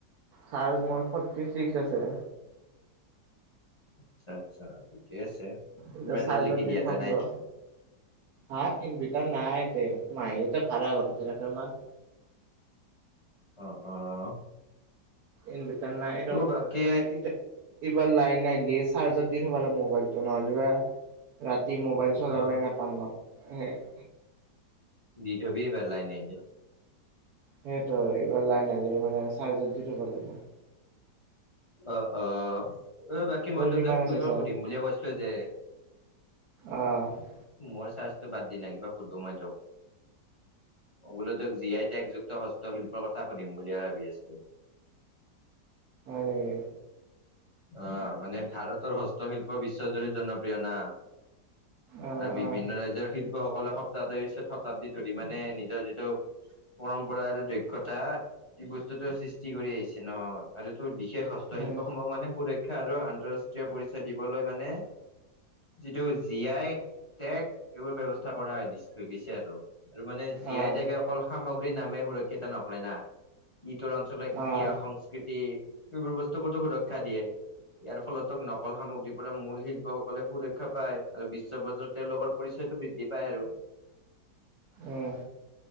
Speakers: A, on the right; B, on the left.
A: চাৰ্জ মোৰ ফৰ্টি ছিক্স আছে।
B: আচ্ছা আচ্ছা, ঠিকে আছে
A: এতিয়া
B: ইমানলৈকি
A: চাৰ্জত দি
B: দিয়া
A: থম
B: তই নাই।
A: ৰ। হা ইনভিটাৰ নাই তে, মাহিৰিতি ভাৰা ঘৰতে থাকে আমাৰ।
B: অ', অ'।
A: ইনভিটাৰ নাই ৰ
B: অ বাকী
A: <inaudible> এইবাৰ লাইন আহিলিয়ে চাৰ্জত দি থব মোবাইলটো নহলেবা ৰাতি মোবাইল চলাবই
B: অ
A: নাপাম ন সেই
B: দি থবি পেলাই এনেকে।
A: সেইটো এইবাৰ লাইন আহিলে মানে চাৰ্জত দি থব লাগিব।
B: অ, অ, ৰবা কি
A: তোৰ
B: মই তোক
A: কিমান
B: যে কিবা
A: আছে চাৰ্জ?
B: সুধিম বুলিয়ে কৈছিলো যে?
A: আহ
B: মোৰ চাৰ্জটো বাদ দি নাই কিবা সুধো মই তোক? অ বোলো তোক জি আই একযুক্ত হস্তশিল্পৰ কথা সুধিম বুলিহে ভাবি আছিলো।
A: হয় নেকি?
B: অ মানে ভাৰতৰ হস্তশিল্প বিশ্বজুৰি জনপ্ৰিয় না।
A: আহ
B: আৰু বিভিন্ন
A: আহ
B: ৰাজ্যৰ শিল্পসকলে শতাব্দী পিছত শতাব্দী ধৰি মানে নিজৰ যিটো পৰম্পৰা আৰু দক্ষতা এই বস্তুটো সৃষ্টি কৰি আহিছে ন আৰু এই তোৰ বিশেষ হ হস্তশিল্পসমূহক
A: উম
B: মানে সুৰক্ষা আৰু আন্তৰাষ্ট্ৰীয় পৰিচয় দিবলৈ মানে যিটো জী আই টেগ এইবোৰ ব্যৱস্থা কৰা দি হৈ গৈছে আৰু। আৰু মানে জী
A: আহ
B: আই টেকে অকল সামগ্ৰীৰ নামে সুৰক্ষিত নকৰে না, ই তৰ অন আচলতে ইতিহাস,
A: আহ
B: সংস্কৃতি এইবোৰ বস্তুকতো সুৰক্ষা দিয়ে। ইয়াৰ ফলত নকল সামগ্ৰীৰ পৰা মূল শিল্পসকলে সুৰক্ষা পায় আৰু বিশ্ব বজাৰত তেওঁলোকৰ পৰিচয়টো বৃদ্ধি পায় আৰু।
A: উম।